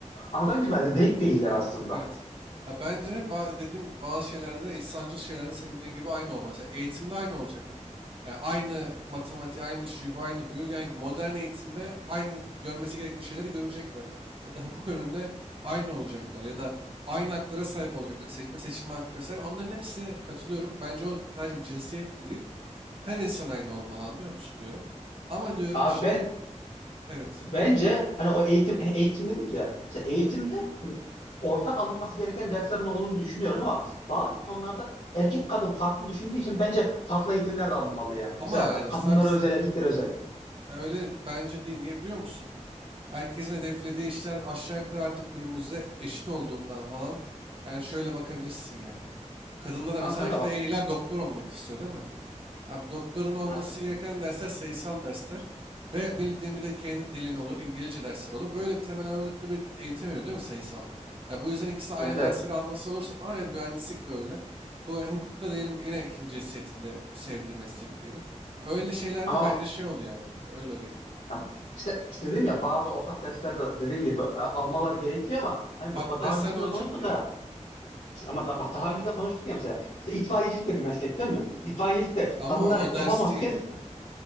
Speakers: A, on the left; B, on the right.
A: anlatabildim mi? Denk değiller aslında.
B: Evet. Ya bence ba- dediğim gibi bazı şeylerde insancıl şeylerde senin dediğin gibi aynı olması. Mesela eğitimde aynı olacaklar. Yani aynı matematiği, aynı şuyu, bu, aynı buyu. Yani modern eğitimde aynı görmesi gerektiği şeyleri görecekler. Ya da hukuk önünde aynı olacaklar. Ya da aynı haklara sahip olacaklar. Seçme seçilme hakkı vesaire. Onların hepsine katılıyorum. Bence o sadece cinsiyet de değil. Her insan aynı olmalı anlıyor musun diyorum. Ama diyorum
A: Abi
B: işte
A: ben
B: evet.
A: bence hani o eğitim e, eğitim dedik ya. Mesela eğitimde
B: Evet.
A: hani ortak alınması gereken derslerin olduğunu düşünüyorum ama bazı konularda erkek kadın farklı düşündüğü için bence farklı eğitimler de alınmalı yani.
B: Ama
A: Mesela
B: yani
A: kadınlara
B: abi s-
A: özel, erkeklere özel.
B: ya öyle bence değil. Niye biliyor musun? Herkesin hedeflediği işler aşağı yukarı artık günümüzde eşit olduğundan falan. Yani şöyle bakabilirsin yani. Kadında da
A: Ama
B: mesela
A: kanka
B: belki de en iyiler doktor olmak istiyor değil mi? Abi doktorun olması
A: bak
B: gereken dersler sayısal dersler. Ve bildiğim bir de kendi dilin olur, İngilizce dersler olur. Böyle bir temel ağırlıklı bir eğitim veriliyor değil mi sayısalda? Ya bu yüzden ikisi de aynı
A: Evet evet.
B: dersleri alması olursa falan ya mühendislik de öyle. Hu- e, Hukukta diyelim yine ikinci cinsiyetinde sevdiği meslek diyelim. Öyle şeylerde
A: Ama
B: bence
A: bak
B: şey oluyor yani. Öyle geliyor bana.
A: ya işte işte dedim ya bazı ortak derslerde dediğin gibi a- almalar gerekiyor ama hani
B: Farklı
A: ba- daha
B: dersler
A: öncesinde
B: ne olacak
A: de konuştuk
B: ki?
A: ha. İşte ama da, bak daha önce de konuştuk ya mesela. İşte itfaiyecilik de bir meslek değil mi? İtfaiyecilik de
B: Ama
A: kadınlar
B: o ders
A: yapamazken
B: değil.